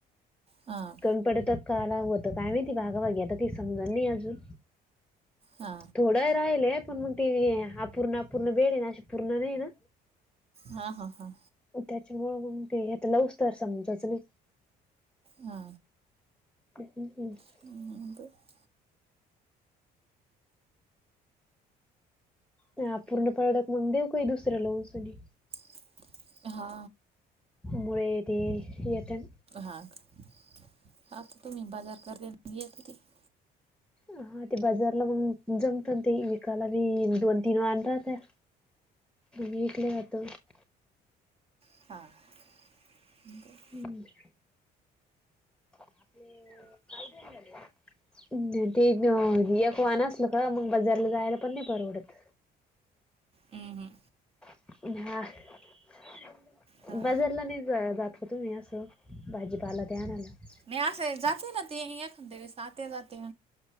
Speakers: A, on the right (about 35°); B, in the centre.
A: हा
B: पण पडत का लावत काय माहिती भागावागीे आता काही समजल नाही अजून
A: हा
B: थोडं राहिलय पण मग ते अपूर्ण -अपूर्ण वेळ आहे ना अशी पूर्ण नाहीये ना?
A: हा- हा- हा
B: त्याच्यामुंळ ते घेत न उस्त <unintelligible> समजच म-
A: हा
B: हम्म <inaudible>
A: ब <unintelligible>
B: ह पूर्ण प्रॉडक्ट मग देऊ काही दुसऱ्या उसनी
A: <inaudible> हा
B: मुळ ते येत्यान
A: हां -हां तर तुम्ही बाजार करत -येत आहे. <unintelligible>
B: हा ते बाजारला मग जमत ते विकाला बी दोन तीन वार राहात. विकले जात. <inaudible>
A: हां <inaudible>
B: हम्म <inaudible> आपले काय जन झाले? तेक एक वान असल का मग बाजारला जायला पण नाही परवडत
A: हम्म- हम्म
B: हा <inaudible> <unintelligible>
A: हा.
B: बाजारला नाही जात तुम्ही असं भाजीपाला ते आणायला? <inaudible>
A: नाहीे आस जात नाही ऐंखादे वेळेस. आत्या जाते.